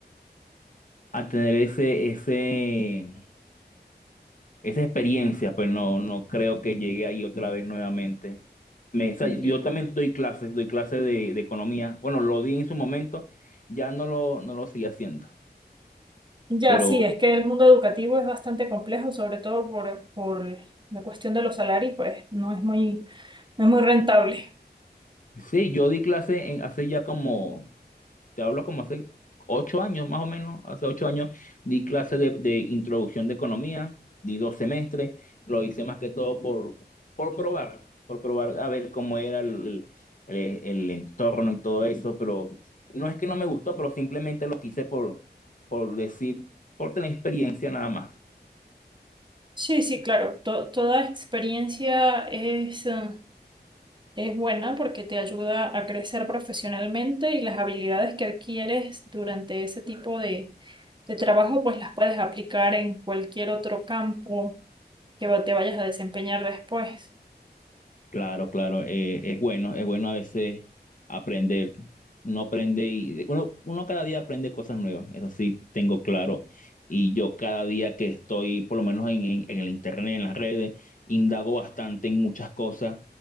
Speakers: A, on the left (about 50°); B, on the right (about 25°).
A: a tener ese, ese, esa experiencia, pues no, no creo que llegue ahí otra vez nuevamente. Me, o sea,
B: Ya.
A: yo también doy clases, doy clases de, de economía. Bueno, lo di en su momento, ya no lo, no lo sigo haciendo.
B: Ya,
A: Pero
B: sí, es que el mundo educativo es bastante complejo, sobre todo por, por la cuestión de los salarios, pues no es muy, no es muy rentable.
A: sí, yo di clases hace ya como te hablo como hace ocho años, más o menos, hace ocho años di clase de, de introducción de economía, di dos semestres, lo hice más que todo por, por probar, por probar a ver cómo era el, el, el- el entorno y todo eso, pero no es que no me gustó, pero simplemente lo quise por, por decir, por tener experiencia nada más.
B: Sí, sí, claro, to- toda experiencia es... eh, Es buena porque te ayuda a crecer profesionalmente y las habilidades que adquieres durante ese tipo de, de trabajo, pues las puedes aplicar en cualquier otro campo que va- te vayas a desempeñar después.
A: Claro, claro, eh, es bueno, es bueno a veces aprender. Uno aprende y uno, uno cada día aprende cosas nuevas, eso sí tengo claro. Y yo cada día que estoy, por lo menos en, en- en el internet, en las redes, indago bastante en muchas cosas